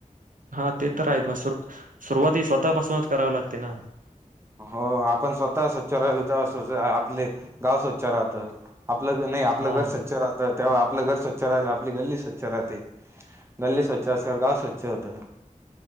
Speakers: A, on the right; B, on the right.
A: हा ते तर आहेत मग सुर सुरुवाती स्वतःपासूनच करावी लागते ना
B: हो आपण स्वतः स्वच्छ राहिलो तेव्हा स्व आपले गाव स्वच्छ राहतात आपलं नाही आपलं
A: हा
B: घर स्वच्छ राहतात तेव्हा आपलं घर स्वच्छ राहिलं आपली गल्ली स्वच्छ राहते गल्ली स्वच्छ असल्यावर गाव स्वच्छ होतं